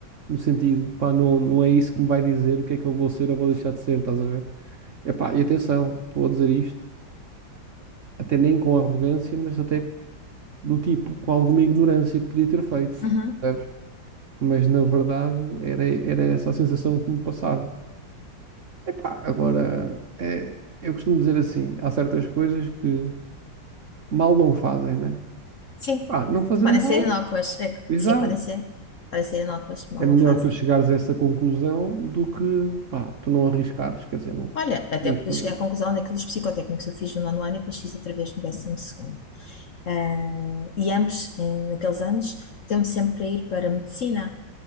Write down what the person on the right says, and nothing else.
No sentido, pá, não, não é isso que me vai dizer o que é que eu vou ser ou vou deixar de ser, estás a ver? Epá, e atenção, estou a dizer isto até nem com arrogância, mas até do tipo com alguma ignorância que podia ter feito,
percebes? Mas na verdade era, era essa a sensação que me passava. Epá, agora é, eu costumo dizer assim: há certas coisas que mal não fazem, né?
Pá, não fazendo
mal,
exato.
É melhor
tu chegares a essa conclusão do que pá, tu não arriscares, quer dizer, não.
não-